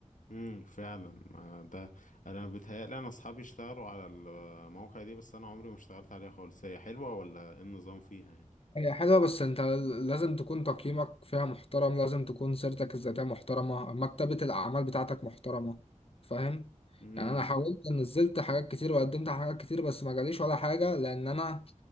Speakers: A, on the left; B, on the left.
A: امم فعلا ما ده انا بيتهيألي انا اصحابي اشتغلوا على المواقع دي بس انا عمري ما اشتغلت عليها خالص هي حلوة ولا ايه النظام فيها يعني
B: هي حلوة بس انت لازم تكون تقييمك فيها محترم لازم تكون سيرتك الذاتية محترمة مكتبة الأعمال بتاعتك محترمة فاهم
A: امم
B: يعني أنا حاولت نزلت حاجات كتير وقدمت على حاجات كتير بس ما جاليش ولا حاجة لأن أنا